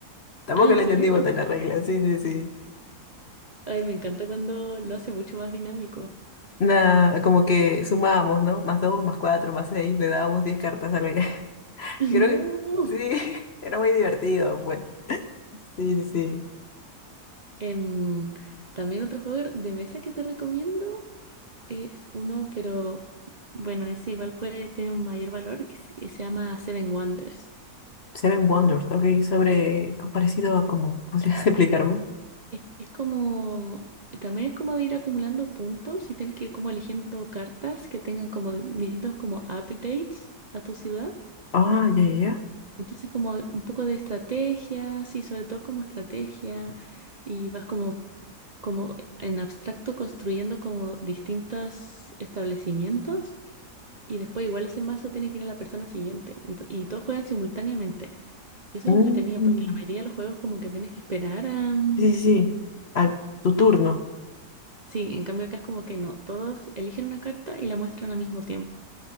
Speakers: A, on the left; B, on the right.
A: Tampoco
B: Ah, ¿en
A: le
B: serio?
A: entendimos de las reglas, sí, sí, sí.
B: Ay, me encanta cuando lo hace mucho más dinámico.
A: Nada, como que sumábamos, ¿no? Más dos, más cuatro, más seis, le dábamos diez cartas a alguien.
B: <laughs>
A: Creo
B: No.
A: que sí, <laughs> era muy divertido, pues. Sí, sí, sí.
B: Em, también otro juego de mesa que te recomiendo. Es uno, pero bueno, ese igual puede tener un mayor valor que se que se llama Seven Wonders.
A: Seven Wonders, ok, sobre parecido a cómo, ¿podrías <laughs> explicarme?
B: Es, es como, también es como de ir acumulando puntos y tienes que ir como eligiendo cartas que tengan como distintos como upgrades a tu ciudad.
A: Ah, ya, ya, ya.
B: Entonces como un poco de estrategia, sí, sobre todo como estrategia y vas como, como en abstracto construyendo como distintos establecimientos Y después igual ese mazo tiene que ir a la persona siguiente. Ento- y todos juegan simultáneamente. Y eso es
A: Mm,
B: lo entretenido, porque la mayoría de los juegos como que tienes que esperar a... mm,
A: sí, sí, sí. A tu turno.
B: Sí, sí, en cambio acá es como que no. Todos eligen una carta y la muestran al mismo tiempo.